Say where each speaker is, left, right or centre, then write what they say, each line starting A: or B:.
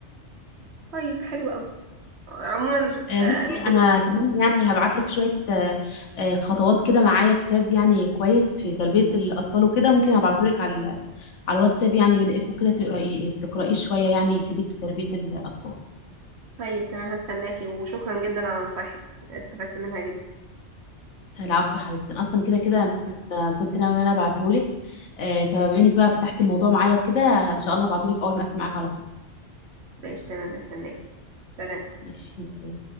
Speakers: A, on the right; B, on the left.
A: طيب حلو قوي عموما
B: آه،
A: آه،
B: بصي
A: المفروض
B: انا كمان يعني هبعت لك شويه آه، آه، خطوات كده معايا كتاب يعني كويس في تربيه الاطفال وكده ممكن ابعته لك على على الواتساب يعني بي دي اف وكده تقراي تقرايه شويه يعني يفيدك في تربيه الاطفال
A: طيب تمام هستناكي وشكرا جدا على نصايحك استفدت منها جدا
B: آه، العفو يا حبيبتي أنا اصلا كده كده انا كنت ناويه ان انا ابعته لك فبما انك بقى فتحتي الموضوع معايا وكده ان شاء الله هبعته لك اول ما اقفل معاك على طول
A: ماشي تمام هستناكي سلام
B: ماشي باي.